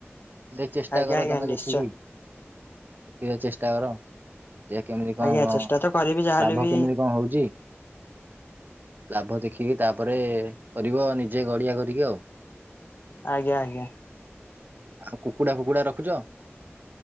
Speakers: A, on the right; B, on the left.
A: ଦେ ଚେଷ୍ଟା
B: ଆଜ୍ଞା
A: କର
B: ଆଜ୍ଞା
A: ତମେ
B: ନିଶ୍ଚୟ
A: ଦେଖିକି, ଦେଖିବା ଚେଷ୍ଟା କର। ଦେ କେମିତି କଣ
B: ଆଜ୍ଞା ଚେଷ୍ଟା ତ କରିବି ଯାହାହେଲେ
A: ଲାଭ
B: ବି
A: କେମିତି କଣ ହଉଛି। ଲାଭ ଦେଖିକି ତାପରେ, କରିବ ନିଜେ ଗଡିଆ କରିକି ଆଉ।
B: ଆଜ୍ଞା ଆଜ୍ଞା।
A: ଆଉ କୁକୁଡା ଫୁକୁଡା ରଖୁଛ।